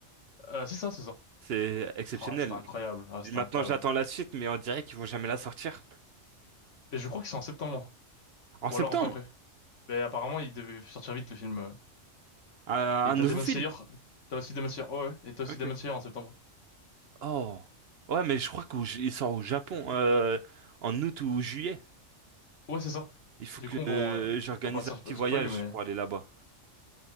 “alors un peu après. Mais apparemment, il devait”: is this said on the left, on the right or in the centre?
Left